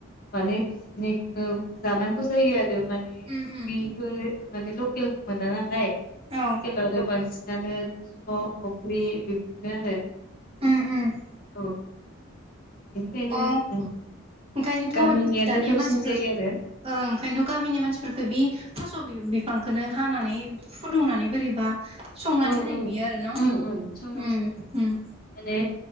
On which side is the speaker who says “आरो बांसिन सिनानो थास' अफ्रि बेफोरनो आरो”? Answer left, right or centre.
Left